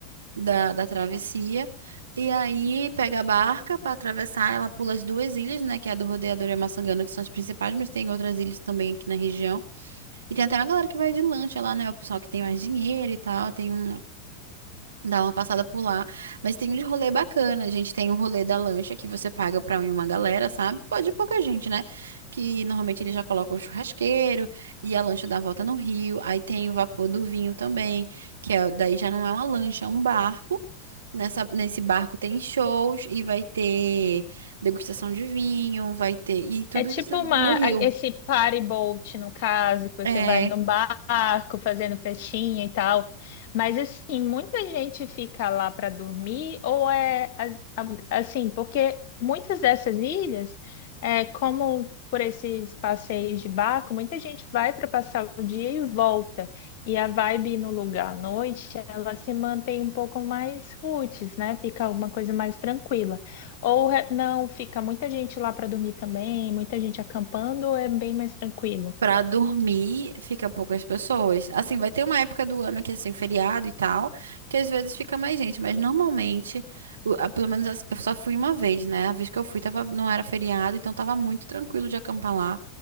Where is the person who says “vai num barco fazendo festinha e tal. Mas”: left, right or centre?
Left